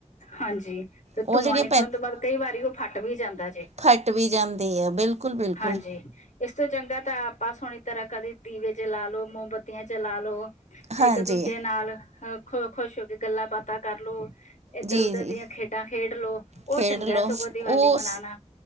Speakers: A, on the left; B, on the right.
A: ਹਾਂਜੀ, ਤੇ
B: ਉਹ
A: ਧੂੰਆਂ
B: ਜਿਹੜੀਆਂ
A: ਨਿਕਲਣ ਤੋਂ ਬਾਅਦ ਕਈ ਵਾਰੀ ਉਹ ਫੱਟ ਵੀ ਜਾਂਦਾ ਜੇ।
B: ਫੱਟ ਵੀ ਜਾਂਦੀ ਆ, ਬਿਲਕੁੱਲ -ਬਿਲਕੁੱਲ
A: ਹਾਂਜੀ ਇਸ ਤੋਂ ਚੰਗਾ ਤਾਂ ਆਪਾਂ ਸੋਹਣੀ ਤਰ੍ਹਾਂ ਕਦੇ ਦੀਵੇ ਚਲਾ ਲੋ, ਮੋਮਬੱਤੀਆਂ ਚਲਾ ਲੋ।
B: ਹਾਂਜੀ
A: ਇੱਕ -ਦੂਜੇ ਨਾਲ ਖੁਸ਼ ਹੋ ਕੇ ਗੱਲਾਂ -ਬਾਤਾਂ ਕਰਲੋ। ਇੱਧਰ-
B: ਜੀ
A: ਉੱਧਰ
B: ਜੀ
A: ਦੀਆਂ ਖੇਡਾਂ ਖੇਡ ਲੋ, ਉਹ
B: ਖੇਡ
A: ਚੰਗਾ
B: ਲਓ
A: ਸਗੋਂ ਦੀਵਾਲੀ
B: ਉਸ
A: ਮਨਾਉਣਾ।